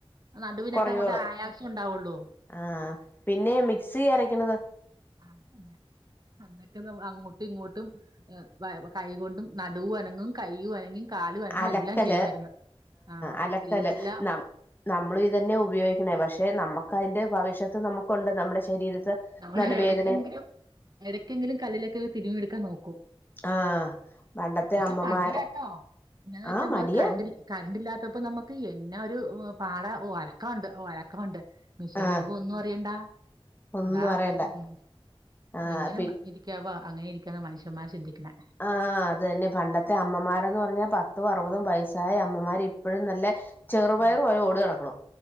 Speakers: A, on the right; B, on the left.
A: നടുവിനൊക്കെ
B: കുറയോളൂ
A: അങ്ങോട്ട് ആയാസം ഉണ്ടാവൊള്ളൂ.
B: ആഹ് പിന്നെ മിക്സി അരക്ക്ണതോ?
A: അതെ അങ്ങട്ട് അങ്ങോട്ട്. പ്പങ്ങോട്ടും വെ കൈകൊണ്ടും നടുവും അനങ്ങും കയ്യും അനങ്ങി. കാലും അനങ്ങും
B: അലക്കല്
A: എല്ലാം ചെയ്യുവായിരുന്നു ആഹ്
B: അലക്കല്
A: എല്ലാം.
B: നം നമ്മളും ഇതന്നെ ഉപയോഗിക്കന്നേ പക്ഷേ നമ്മക്ക് അതിന്റെ ഭവിഷ്യത്ത് നമ്മക്കുണ്ട് നമ്മടെ ശരീരത്ത്.
A: നമ്മള്
B: നടുവേദന
A: എടയ്ക്കെങ്കിലും എടയ്ക്കെങ്കിലും കല്ലിലൊക്കെ തിരുമ്മിയെടുക്കാൻ നോക്കും.
B: ആഹ് പണ്ടത്തെ
A: പക്ഷെ
B: അമ്മമാര്
A: മടിയാട്ടോ പിന്നെന്ന് വെച്ചാ
B: ആഹ്
A: നമ്മളരു
B: മടിയാ
A: കറണ്ട്. കറണ്ടില്ലാത്തപ്പോ നമുക്ക് എന്നാ ഒരു പാടാ ഓ അലക്കാണ്ട് ഓ അലക്കാണ്ട്. മെഷീനിടുമ്പോ
B: ആഹ്
A: ഒന്നും അറിയണ്ട
B: ഒന്നും
A: അതാ
B: അറിയണ്ട
A: ഉം.
B: ആഹ്
A: എങ്ങനെ
B: പി
A: മ ഇരിക്കാവോ അങ്ങനെ ഇരിക്കാനാ മനുഷ്യന്മാർ ചിന്തിക്കുന്നെ.
B: ആഹ് അതെന്നെ പണ്ടത്തെ അമ്മമാരെന്ന് പറഞ്ഞാൽ പത്തും അറുപതും വയസായ അമ്മമാര് ഇപ്പഴും നല്ല. ചെറുപയറ്
A: ഉം
B: പോലെ ഓടി നടക്ക്ണു